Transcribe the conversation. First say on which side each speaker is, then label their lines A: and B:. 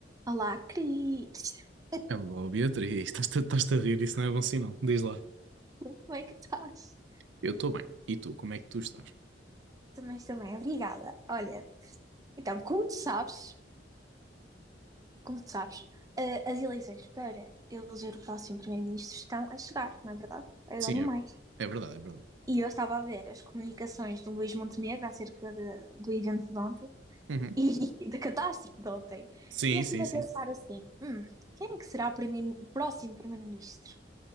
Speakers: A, on the right (about 20°); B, on the right (about 85°).
A: Olá, Cris! <laughs>
B: Hello, Beatriz, estás-te estás-te a rir, isso não é bom sinal. Diz lá.
A: Como é que estás?
B: Eu estou bem. E tu, como é que tu estás?
A: Também estou bem, obrigada. Olha, então, como tu sabes, como tu sabes, eh, as eleições para eleger o próximo primeiro-ministro estão a chegar, não é verdade? Agora
B: Sim,
A: em
B: é,
A: maio.
B: é verdade, é verdade.
A: E eu estava a ver as comunicações do Luís Montenegro acerca de- do evento de ontem
B: Uhum.
A: e <laughs> da catástrofe de ontem.
B: Sim,
A: E eu estive
B: sim,
A: a
B: sim.
A: pensar assim, hum, quem é que será o, primeiro- o próximo primeiro-ministro?